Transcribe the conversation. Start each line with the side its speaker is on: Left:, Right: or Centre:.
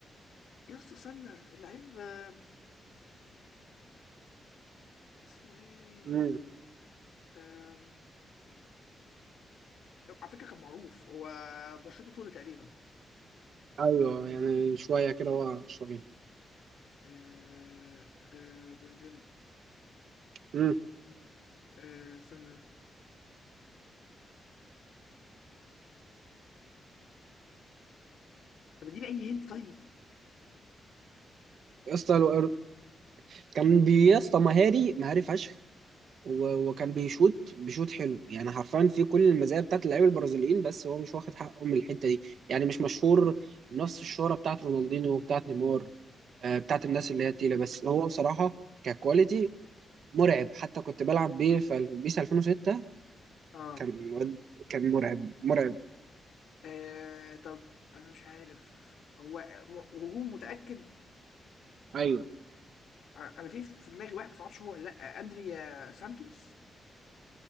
Left: يا اسطى استنى اللعيب آم، اسمه ايه
Right: مم.
Left: آم، على فكره كان معروف هو بشرته سودا تقريبا
Right: ايوه يعني شويه كده ورا شويه
Left: آه، آه، دن- دن-
Right: مم.
Left: آه، استنى طب اديني اي هنت طيب
Right: يا اسطى الو- كان بي- يا اسطى مهاري مهاري فشخ و- وكان بيشوط بيشوط حلو يعني حرفيا في كل المزايا بتاعت اللعيبه البرازيليين بس هو مش واخد حقه من الحته دي يعني مش مشهور نفس الشهره بتاعت رونالدينو وبتاعت نيمار آه، بتاعت الناس اللي هي تقيله بس هو بصراحه ككواليتي مرعب حتى كنت بلعب بيه في بيس 2006
Left: اه
Right: كان واد- كان مرعب مرعب
Left: آه، طب انا مش عارف هو م- هجوم متاكد
Right: ايوه
Left: انا في في دماغي واحد بس معرفش هو ولا لا اندريا سانتوس